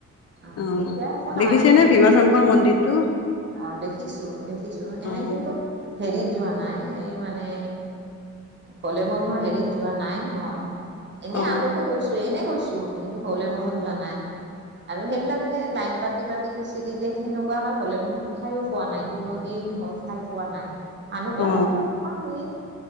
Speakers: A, on the right; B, on the left.
A: অহ
B: অ
A: তেতিয়া একো নহয়
B: দেখিছে
A: সেইটো
B: নে ভীমা শংকৰ মন্দিৰটো
A: অ দেখিছো দেখিছো এনে
B: অ
A: কিন্তু হেৰিত যোৱা নাই এ মানে কলে ব মৰ হেৰিত যোৱা নাই ম। এনে
B: অ
A: আগতে কৈছো এনে কৈছো কিন্তু ভলে বমত
B: অ
A: যোৱা নাই। আৰু সেইবিলাক যে লাইন পাতি পাতি খিচিৰি দিয়ে সেনেকুৱাকে হলে বম খাইও পোৱা নাই কোন দিন হ'ল। খাই পোৱা নাই মানুহ বিলাকে
B: অ
A: কৈ থকা শুনি